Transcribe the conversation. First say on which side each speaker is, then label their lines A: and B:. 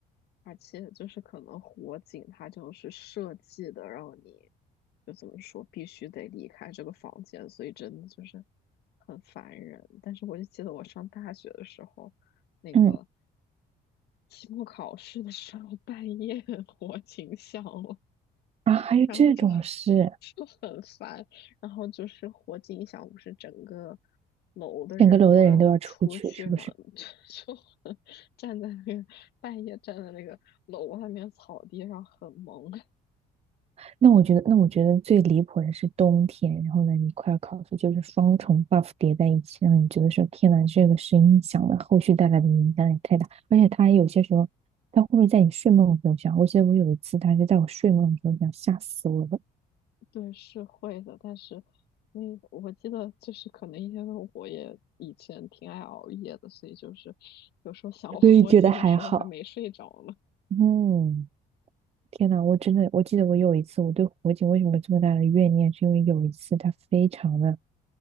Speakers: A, on the left; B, on the right.
A: 而且就是可能火警它就是设计的，让你就怎么说，必须得离开这个房间，所以真的就是很烦人。但是我就记得我上大学的时候，那个
B: 嗯，
A: 期末考试的时候，半夜 <laughs> 火警响了，
B: 啊，还有这种事，
A: 然后就 <laughs> 就很烦，然后就是火警一响，不是整个楼的人都要出去嘛，
B: 整个楼的人都要出去，是不是？
A: <laughs> 就就很站在那个半夜站在那个楼外面草地上很萌，
B: 那我觉得，那我觉得最离谱的是冬天，然后呢，你快要考试，就是双重 buff 叠在一起，让你觉得说，天呐，这个声音响了，后续带来的影响也太大。而且它有些时候，他会不会在你睡梦的时候响？我记得我有一次，他是在我睡梦的时候响，吓死我了。
A: <laughs> 对，是会的，但是那我记得就是可能因为我也以前挺爱熬夜的，所以就是有时候想火警的时候还没睡着呢，
B: 所以觉得还好。嗯，天呐，我真的，我记得我有一次，我对火警为什么这么大的怨念，是因为有一次他非常的。